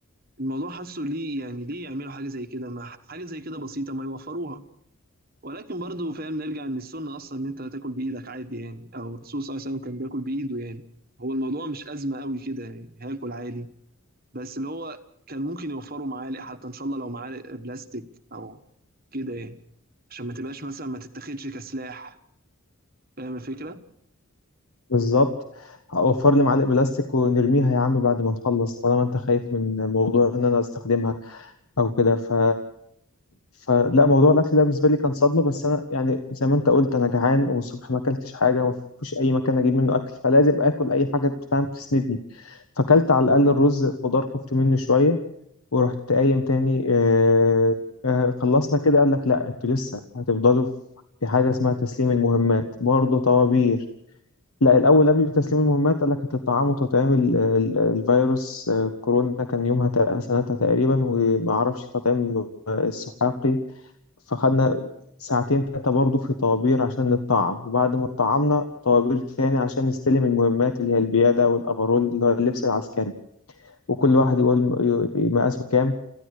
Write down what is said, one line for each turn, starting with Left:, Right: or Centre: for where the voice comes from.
Right: الموضوع حاسه ليه يعني ليه يعملوا حاجة زي كده ما حاجة زي كده بسيطة ما يوفروها ولكن برضو فاهم نرجع ان السنة اصلا ان انت تاكل بايدك عادي يعني او الرسول صلى الله عليه وسلم كان بياكل بايده يعني هو الموضوع مش أزمة قوي كده يعني هاكل عادي بس اللي هو كان ممكن يوفروا معالق حتى ان شاء الله لو معالق بلاستيك او كده يعني عشان ما تبقاش مثلا ما تتاخدش كسلاح فاهم الفكره
Left: بالظبط أوفر لي معلق بلاستيك ونرميها يا عم بعد ما نخلص طالما أنت خايف من موضوع إن أنا أستخدمها أو كده ف فلا موضوع الاكل ده بالنسبه لي كان صدمه بس انا يعني زي ما انت قلت انا جعان والصبح ما اكلتش حاجه ما فيش اي مكان اجيب منه اكل فلازم اكل اي حاجه تفهم تسندني فاكلت على الاقل الرز خضار خفت منه شويه ورحت قايم تاني آه آه خلصنا كده قال لك لا انتوا لسه هتفضلوا في حاجه اسمها تسليم المهمات برضه طوابير لا الاول قبل تسليم المهمات قال لك هتطعموا تطعيم ال- ال- الفيروس آه، كورونا كان يومها تق- سنتها تقريبا وما اعرفش تطعيم السحاقي فخدنا ساعتين تلاتة برضه في طوابير عشان نطعم وبعد ما اتطعمنا طوابير تاني عشان نستلم المهمات اللي هي البيادة والأفرول اللي هو اللبس العسكري وكل واحد يقول م- ي- مقاسه كام